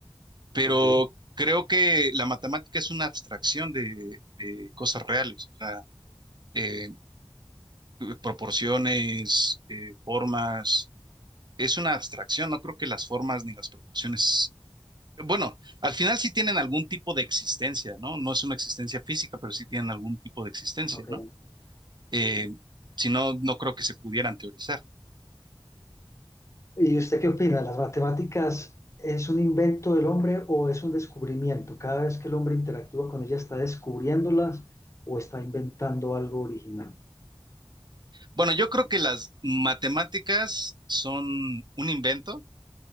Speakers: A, on the right; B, on the left.
A: pero
B: ok,
A: creo que la matemática es una abstracción de, de cosas reales. O sea, eh, eh, proporciones, eh, formas. Es una abstracción, no creo que las formas ni las proporciones. Bueno, al final sí tienen algún tipo de existencia, ¿no? No es una existencia física, pero sí tienen algún tipo de existencia,
B: ok.
A: ¿no? Eh, si no, no creo que se pudieran teorizar.
B: ¿Y usted qué opina? ¿Las matemáticas es un invento del hombre o es un descubrimiento? Cada vez que el hombre interactúa con ella, ¿está descubriéndolas o está inventando algo original?
A: Bueno, yo creo que las matemáticas son un invento